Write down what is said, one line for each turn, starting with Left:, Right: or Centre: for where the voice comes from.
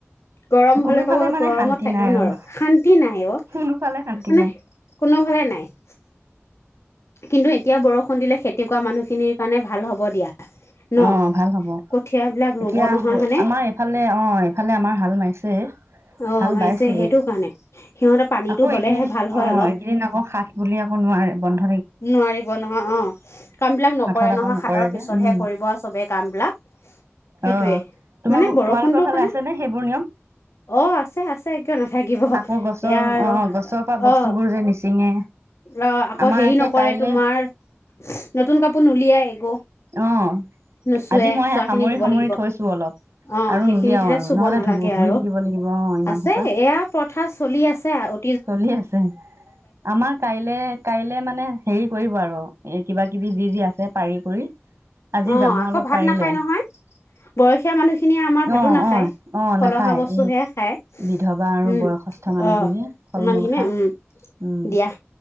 Left: গৰম হলে
Right: কোনোফালে
Left: ক'ব
Right: মানে
Left: গৰমত
Right: শান্তি
Left: থাকিব
Right: নাই
Left: নোৱাৰো,
Right: আৰু
Left: শান্তি নাই অ
Right: কোনোফালে শান্তি
Left: মানে
Right: নাই
Left: কোনোফালে নাই। কিন্তু এতিয়া বৰষুণ দিলে খেতি কৰা মানুহখিনিৰ কাৰণে ভাল হ'ব দিয়া। ন
Right: অ ভাল হ'ব,
Left: কঠিয়াবিলাক ৰুব
Right: এতিয়া
Left: নহয় হয়নে
Right: আমাৰ এইফালে অ এইফালে আমাৰ হাল মাৰিছে।
Left: অ
Right: হাল
Left: মাৰিছে
Right: বাইছেহে
Left: সেইটো কাৰণে সিহঁতে পানীটো
Right: আকৌ
Left: হলেহে
Right: এইকেইদিন
Left: ভাল হয়
Right: অ
Left: অলপ
Right: এইকেইদিন আকৌ সাত বুলি আকৌ নোৱাৰে বন্ধ যে।
Left: নোৱাৰিব নহয়, অ কাম বিলাক নকৰে
Right: হাতত আকৌ
Left: নহয়
Right: নকৰে
Left: সাতৰ
Right: যে
Left: পিছতহে
Right: উম
Left: কৰি ব চবে কাম বিলাক সেইটোয়ে
Right: অ তোমাক
Left: মানে বৰষুণটো
Right: তোমালোকৰ ফালে
Left: কাৰণে,
Right: আছেনে সেইবোৰ নিয়ম
Left: অ আছে আছে কিয় নাথাকিব
Right: আকৌ গছৰ
Left: এয়া আৰু
Right: অ গছৰ পৰা বস্তুবোৰ
Left: অ
Right: যে নিচিঙে
Left: ৰ আকৌ
Right: আমাৰ
Left: হেৰি
Right: একে
Left: নক কৰে
Right: কাইলে
Left: তোমাৰ নতুন কাপোৰ নুলিয়াই একো।
Right: অ
Left: নুচুৱে
Right: আজি মই
Left: চোৱা
Right: সে সামৰি
Left: খিনি ধুব
Right: সামৰি
Left: লাগিব,
Right: থৈছো অলপ
Left: অ
Right: আৰু
Left: সেইখিনি
Right: নুলিয়াও
Left: তেতিয়া
Right: আৰু
Left: চুব
Right: নহ'লে
Left: নালাগে
Right: ধু ধুই
Left: আৰু
Right: থাকিব লাগিব অ ইমান
Left: আছে
Right: সোপা
Left: এয়া প্ৰথা চলি আছে অ
Right: চলি আছে, আমাৰ কাইলে কাইলে মানে হেৰি কৰিব আৰু এই কিবা কিবি যি যি আছে পাৰি কৰি আজি
Left: অঁ
Right: জামু
Left: আকৌ
Right: অলপ
Left: ভাত
Right: পাৰিলে
Left: নাখায় নহয়, বয়সীয়া মানুহখিনিয়ে আমাৰ ভাতো
Right: অ
Left: নাখায়,
Right: অ অ
Left: ফলহা
Right: নাখায়
Left: বস্তুহে
Right: এই
Left: খায়
Right: বিধৱা আৰু
Left: উম
Right: বয়সস্থ মানুহখিনিয়ে
Left: অঁ।
Right: ফল
Left: ইমানখিনিয়ে
Right: মূল খায়
Left: উম,
Right: উম
Left: দিয়া